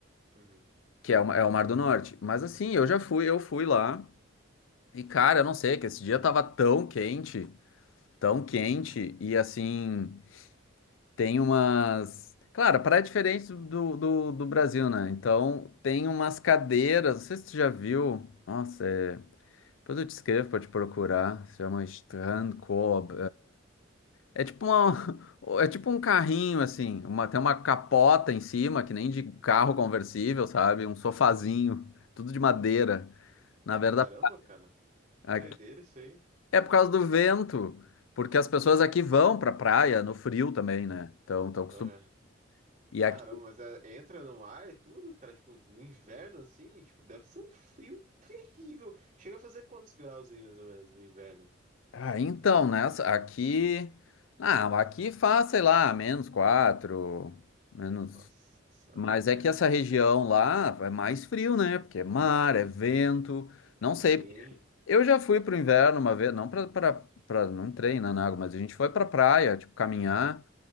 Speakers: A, on the right; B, on the left.
A: Uhum.
B: Que é o, é o Mar do Norte. Mas assim, eu já fui, eu fui lá. E cara, eu não sei, que esse dia tava tão quente, tão quente. E assim, tem umas. Claro, a praia é diferente do, do, do Brasil, né? Então, tem umas cadeiras, não sei se tu já viu. Nossa, é... depois eu te escrevo pra te procurar. Se chama Strand Co. É tipo uma, <laughs> é tipo um carrinho, assim. Uma, tem uma capota em cima, que nem de carro conversível, sabe? Um sofazinho, tudo de madeira. Na verdade,
A: Caramba, cara.
B: aqui-
A: Que doideira isso aí.
B: é por causa do vento. Porque as pessoas aqui vão pra praia no frio também, né? Então, estão acostumadas.
A: Aham.
B: E
A: Caramba,
B: aqui.
A: mas é, entra no ar e tudo, cara? Tipo, no inverno assim? Tipo, deve ser um frio terrível. Chega a fazer quantos graus aí, mais ou menos, no inverno?
B: Ah, então, né? Aqui. Ah, aqui faz, sei lá, menos quatro, menos.
A: Nossa senhora,
B: Mas
A: cara.
B: é que essa região lá é mais frio, né? Porque é mar, é vento. Não sei.
A: Sim.
B: Eu já fui pro inverno uma vez, não pra, pra, pra não treinar na na água, mas a gente foi pra praia, tipo, caminhar